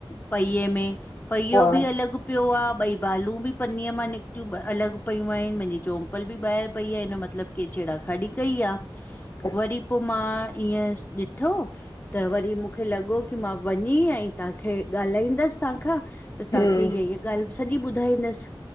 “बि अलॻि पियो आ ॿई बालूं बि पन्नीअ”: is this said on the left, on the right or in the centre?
Left